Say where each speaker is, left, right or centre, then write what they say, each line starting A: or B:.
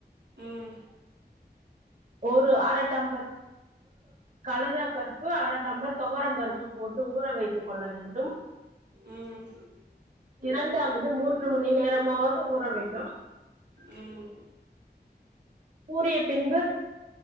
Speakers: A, on the right; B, on the right.
A: ம்
B: ஒரு அரை டம்ளர் கழுத பருப்பு அரைட் டம்ளர் துவரம் பருப்பு போட்டு ஊற வைத்துக் கொள்ள வேண்டும்
A: ம்
B: இரண்டாவது மூன்று மணி நேரமாவது ஊற வேண்டும்
A: ம்
B: கூறிய பின்பு